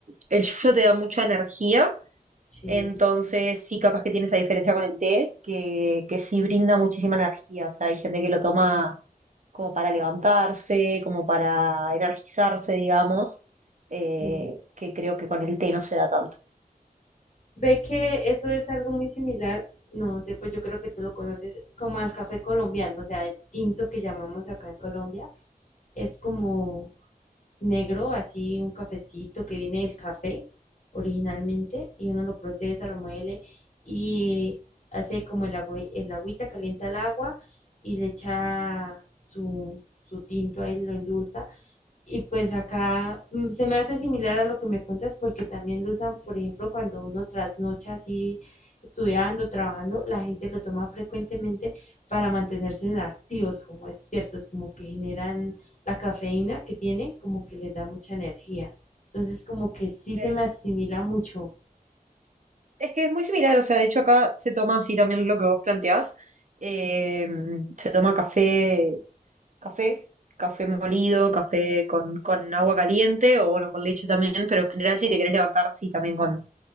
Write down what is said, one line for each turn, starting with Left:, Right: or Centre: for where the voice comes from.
Right: el yuyo te da mucha energía,
Left: sí,
Right: entonces sí, capaz que tiene esa diferencia con el té, que, que sí brinda muchísima energía. O sea, hay gente que lo toma como para levantarse, como para energizarse, digamos, eh,
Left: sí.
Right: que creo que con el té no se da tanto.
Left: Ve que eso es algo muy similar, no sé, pues yo creo que tú lo conoces como al café colombiano, o sea, el tinto que llamamos acá en Colombia, es como negro, así un cafecito que viene del café originalmente, y uno lo procesa, lo muele y hace como el agua, el agüita, calienta el agua y le echa su, su tinto ahí, lo endulza y pues acá mm, se me hace similar a lo que me cuentas porque también lo usan, por ejemplo, cuando uno trasnocha así estudiando, trabajando, la gente lo toma frecuentemente para mantenerse activos, como despiertos, como que generan la cafeína que tiene, como que les da mucha energía. Entonces, como que sí
Right: Ok,
Left: se me asimila mucho.
Right: Es que es muy similar, o sea, de hecho acá se toma así también lo que vos planteás. eh, se toma café, café, café molido, café con, con agua caliente o bueno, con leche también, pero en general si te querés levantar, sí, también con,